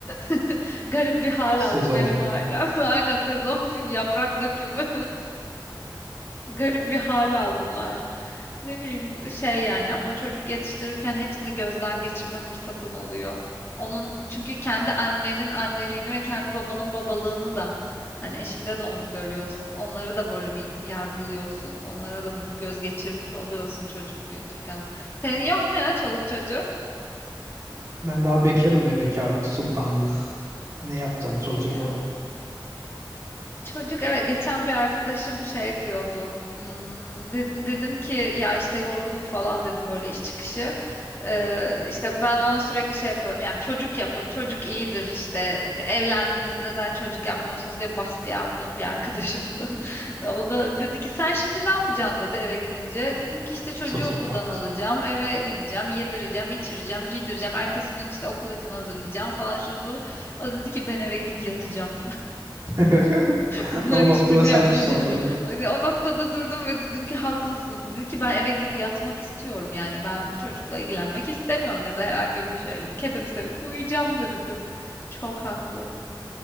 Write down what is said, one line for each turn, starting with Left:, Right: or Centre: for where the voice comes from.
Left: <laughs> garip bir hal
Right: Sezon
Left: aldı benim
Right: final.
Left: ailem. <laughs> Aynen sezon fin yaprak dökümü. Garip bir hal aldılar. Ne bileyim de şey yani ama çocuk yetiştirirken hepsini gözden geçirme fırsatın oluyor. Onun çünkü kendi annenin anneliğini ve kendi babanın babalığını da hani eşinde de onu görüyorsun. Onları da böyle bir yargılıyorsun. Onlara da bir göz geçirmiş oluyorsun çocuk büyütürken. Senin yok mu ya çoluk çocuk?
Right: Ben daha bekarım be bekarlık sultanlık. Ne yapacağım çocuk
Left: Ya.
Right: o.
Left: Çocuk evet, geçen bir arkadaşım şey diyordu. Hmm, de- dedim ki ya işte yorgunum falan dedim böyle iş çıkışı. Ee, işte ben ona sürekli şey yapıyorum. Ya çocuk yapın, çocuk iyidir. işte. evlendiniz neden çocuk yapmıyorsunuz diye baskı yaptığım bir arkadaşımdı. <laughs> O da dedi ki sen şimdi ne yapacaksın dedi eve gidince. Dedim ki işte çocuğu
Right: Çocuk
Left: okuldan
Right: baktı.
Left: alacağım, eve gideceğim, yedireceğim, içireceğim, giydireceğim. Ertesi gün işte okul için hazırlayacağım falan şunu bu. O dedi ki ben eve gidip yatacağım.
Right: <laughs>
Left: Bunların
Right: O noktada
Left: hiçbirini
Right: sen
Left: yapmayacağım.
Right: bir sorguladın.
Left: <laughs> Hani o noktada durdum ve dedim ki haklısın. Dedi ki ben eve gidip yatmak istiyorum. Yani ben çocukla ilgilenmek istemiyorum ya da herhangi bir şeyle. Kedimi sevip uyuyacağım dedi kız. Çok haklı.